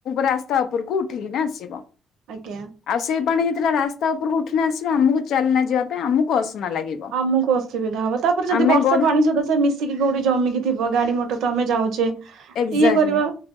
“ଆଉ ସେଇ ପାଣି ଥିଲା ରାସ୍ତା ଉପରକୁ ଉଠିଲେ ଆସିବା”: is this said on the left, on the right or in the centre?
Left